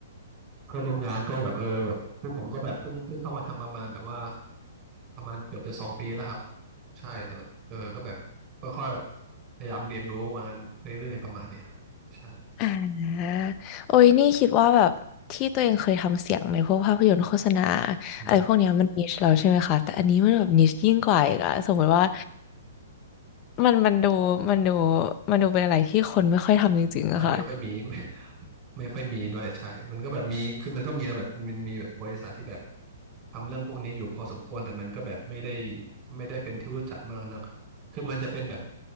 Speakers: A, on the right; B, on the left.
A: เพื่อนร่วมงานก็แบบเออแบบคือผมก็แบบเพิ่งเพิ่งเข้ามาทำประมาณแบบว่าประมาณเกือบจะสองปีแล้วครับใช่แต่แบบเออก็แบบก็ค่อยๆพยายามเรียนรู้มานเรื่อยๆประมาณนี้ครับใช่
B: อ่าโอ้ยนี่คิดว่าแบบที่ตัวเองเคยทำเสียงในพวกภาพยนตร์โฆษณา
A: อืม
B: อะไรพวกเนี้ยมันนิชเราใช่ไหมคะแต่อันนี้มันแบบนิชยิ่งกว่าอีกอะสมมติว่ามันมันดูมันดูมันดูเป็นอะไรที่คนไม่ค่อยทำจริงๆอะค่ะ
A: ใช่ไม่ค่อยมี <laughs> ไม่ไม่ค่อยมีด้วยใช่มันก็แบบมีคือมันก็มีนะแบบมันมีแบบบริษัทที่แบบทำเรื่องพวกนี้อยู่พอสมควรแต่มันก็แบบไม่ได้ไม่ได้เป็นที่รู้จักมากนักคือมันจะเป็นแบบ